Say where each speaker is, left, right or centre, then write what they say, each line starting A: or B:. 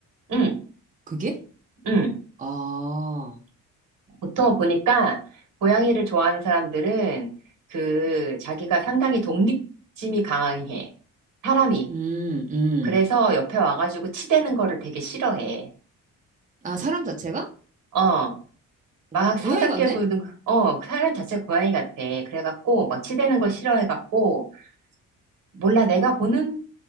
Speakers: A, on the right; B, on the right.
A: 응,
B: 그게?
A: 응.
B: 아,
A: 보통 보니까 고양이를 좋아하는 사람들은 그 자기가 상당히 독립심이 강해. 사람이.
B: 음, 음.
A: 그래서 옆에 와가지고 치대는 거를 되게 싫어해.
B: 아, 사람 자체가?
A: 어.
B: 오,
A: 막
B: 고양이
A: 살갑게
B: 같네?
A: 구는, 어, 사람 자체가 고양이 같아. 그래갖고 막 치대는 걸 싫어해갖고 몰라 내가 보는